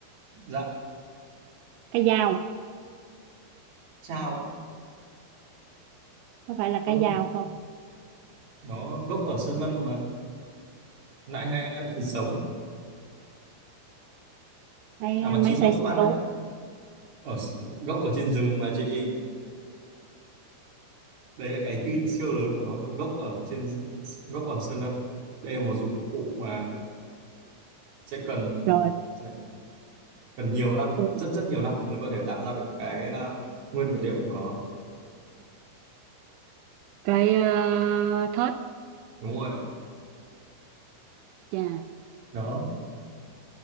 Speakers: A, on the right; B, on the right.
A: dạ
B: Cái dao.
A: chao
B: Có phải là
A: không
B: cái dao không?
A: nó gốc ở sơn lâm mà nại hay ăn thịt sống
B: Máy
A: à mà
B: à,
A: chín
B: máy
A: nó
B: xay
A: cũng
B: sinh
A: ăn
B: tố.
A: đấy ở gốc ở trên rừng mà chị đây là cái hin siêu lớn của nó luôn gốc ở trên gốc ở sơn lâm đây là một dụng cụ mà sẽ cần
B: Rồi,
A: sẽ cần nhiều năm
B: đúng.
A: rất rất nhiều năm mới có thể tạo ra được cái ờ, nguyên vật liệu của nó
B: Cái ờ, thớt.
A: đúng rồi
B: Chà,
A: đó